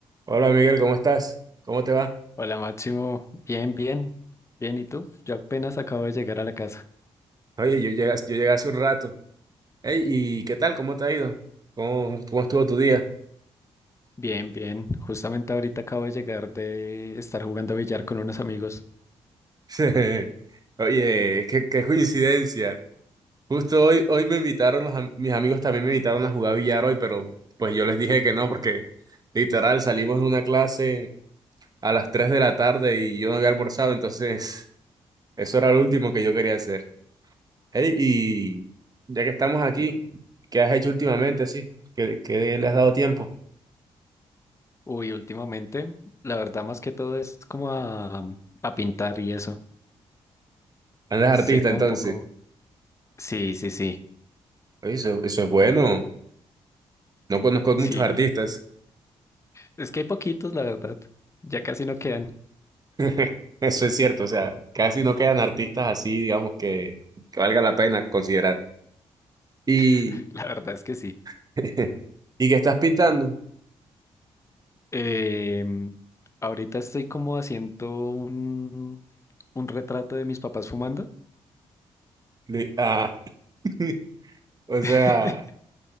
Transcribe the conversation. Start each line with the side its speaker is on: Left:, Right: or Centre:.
Right: Hola Miguel, ¿cómo estás? ¿Cómo te va?
Left: Hola Máximo, bien, bien, bien, ¿y tú? Yo apenas acabo de llegar a la casa.
Right: Oye, yo llegué, yo llegué hace un rato. Hey, ¿y qué tal? ¿Cómo te ha ido? ¿Cómo, cómo estuvo tu día?
Left: Bien, bien, justamente ahorita acabo de llegar de estar jugando billar con unos amigos.
Right: <laughs> Oye, qué, qué coincidencia. Justo hoy, hoy me invitaron, los am- mis amigos también me invitaron a jugar billar hoy, pero pues yo les dije que no, porque literal salimos de una clase a las 3 de la tarde y yo no había almorzado, entonces eso era lo último que yo quería hacer. Hey, y ya que estamos aquí, ¿qué has hecho últimamente? Sí, ¿qué, qué le has dado tiempo?
Left: Uy, últimamente, la verdad más que todo es como a, a pintar y eso.
Right: Andas artista,
Left: Soy como
Right: entonces.
Left: un poco... Sí, sí, sí,
Right: Oye, eso, eso es bueno. No conozco muchos
Left: sí.
Right: artistas.
Left: Es que hay poquitos, la verdad. Ya casi no quedan.
Right: <laughs> Eso es cierto, o sea, casi no quedan artistas así, digamos, que, que valga la pena considerar. Y,
Left: <laughs> La verdad es que sí.
Right: <laughs> y qué estás pintando.
Left: Em, ahorita estoy como haciendo un, un retrato de mis papás fumando.
Right: Li- ah, <laughs> o
Left: <laughs>
Right: sea,